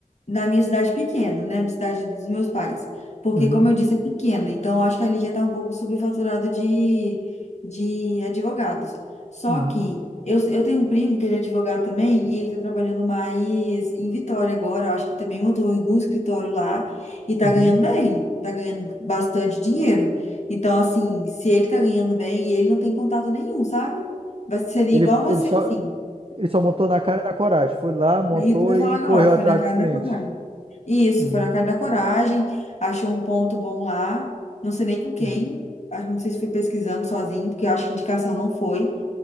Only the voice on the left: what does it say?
na minha cidade pequena, né? Na cidade dos meus pais. Porque,
como eu disse, é pequena. Então, eu acho que ali já está um pouco superfaturado de, de advogados. Só
que eu, eu tenho um primo que ele é advogado também e ele está trabalhando mais em Vitória agora. Eu acho que também montou algum escritório lá e está
ganhando bem. Está ganhando bastante dinheiro. Então, assim, se ele está ganhando bem e ele não tem contato nenhum, sabe? Vai ser igual
você,
assim.
Isso que eu ia falar
agora, foi
na cara
da coragem. Isso,
foi na cara da coragem, achou um ponto bom lá, não sei nem com quem,
acho- não sei se foi pesquisando sozinho, porque eu acho que indicação não foi.